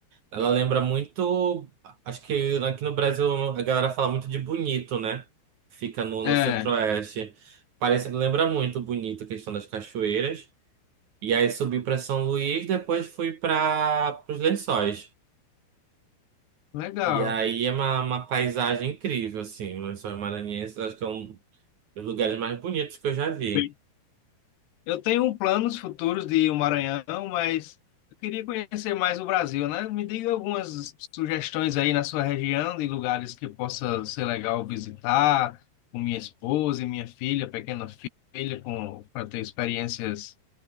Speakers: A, on the right (about 55°); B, on the left (about 75°).
A: Ela lembra muito. Acho que aqui no Brasil a galera fala muito de Bonito, né? Fica no,
B: É,
A: no Centro-Oeste. Parece, lembra muito Bonito a questão das cachoeiras. E aí subi para São Luís, depois fui para os Lençóis.
B: legal.
A: E aí é uma, uma paisagem incrível, assim. Os Lençóis Maranhenses acho que é um dos lugares mais bonitos que eu já vi.
B: Bem, Eu tenho um planos futuros de ir ao Maranhão, mas eu queria conhecer mais o Brasil, né? Me diga algumas sugestões aí na sua região de lugares que possa ser legal visitar, com minha esposa e minha filha, pequena filha, com para ter experiências